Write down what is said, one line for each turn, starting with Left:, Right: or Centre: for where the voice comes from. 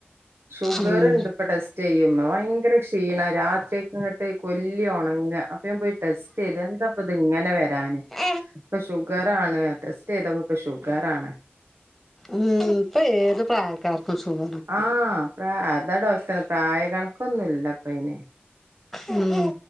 Right: ഷുഗർണ്ട്
Centre: ഉം
Right: ഇപ്പൊ ടെസ്റ്റ് യ്യുമ ഭയങ്കര ക്ഷീണം രാത്രിയൊക്കെ ഇങ്ങട്ട് കൊല്ലി ഒണങ്ങ അപ്പ ഞാൻ പോയി ടെസ് റ്റെയ്ത് എന്തപ്പത് ഇങ്ങനെ വരാന്
Centre: ഏ
Right: ഇപ്പൊ ഷുഗർ ആണ് ടെസ്റ്റ് ചെയ്തപ്പൊ ഷുഗർ ആണ്
Centre: ഉ ഇപ്പ ഏത് പ്രായക്കാർക്കും ഷുഗ
Right: ആഹ് പ്ര അതാ ഡോക്ർ പ്രായ കണക്കൊന്നുല്ലപ്പ അയിന്
Centre: ഉം